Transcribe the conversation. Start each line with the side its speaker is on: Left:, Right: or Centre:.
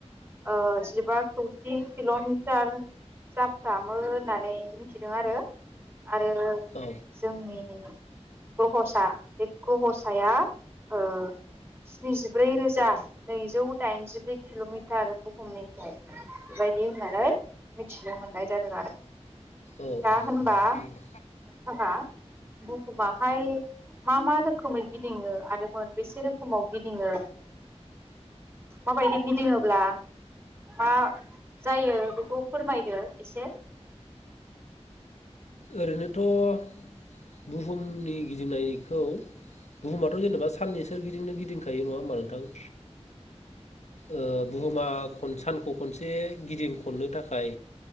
Right: ओ जिबा खौथि किल'मिटार जाफ्रामो होननानै मिथिदों आरो आरो
Left: औ
Right: जोंनि ग्रहथ सा बे ग्रहसाया ओ स्निजि ब्रै रोजा नैजौ दाइनजिब्रै किल'मिटार बुहुमनिफ्राय बेबायदि होननानै मिथिनो मोननाय जादों आरो
Left: औ
Right: दा
Left: औ
Right: होनबा
Left: औ नोंथां
Right: नोंथांङा
Left: औ
Right: बुहुमाहाय मा मा रोखोमै गिदिंङो आरो मोनबेसे रोखोमाव गिदिंङो माबायदि गिदिंङोब्ला मा जायो बेखौ फोरमायदो एसे
Left: ओरैनोथ' बुहुमनि गिदिंनायखौ बुहुमाथ' जेनेबा साननि सोरगिदिंनो गिदिंखायो नंङा होमबा नोंथां ओ बुहुमा खन सानखौ खनसे गिदिं खननो थाखाय